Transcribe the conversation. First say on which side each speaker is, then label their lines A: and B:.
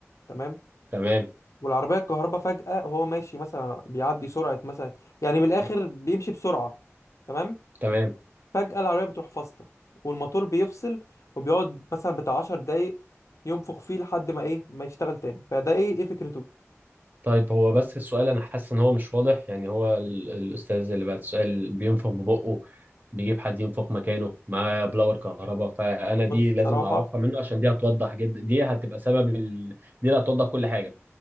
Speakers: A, on the left; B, on the right.
A: تمام
B: تمام
A: والعربية الكهرباء فجأة وهو ماشي مثلا بيعدي سرعة مثلا يعني من الآخر بيمشي بسرعة تمام
B: تمام
A: فجأة العربية بتروح فاصلة والموتور بيفصل وبيقعد مثلا بتاع عشر دقايق ينفخ فيه لحد ما إيه ما يشتغل تاني فده إيه إيه فكرته
B: طيب هو بس السؤال انا حاسس ان هو مش واضح يعني هو ال- الاستاذ اللي بعد السؤال بينفخ ببقه بيجيب حد ينفخ مكانه معاه بلاور كهرباء فانا
A: بص
B: دي
A: بصراحة
B: لازم اعرفها منه عشان دي هتوضح جدا دي هتبقى سبب ال... دي اللي هتوضح كل حاجة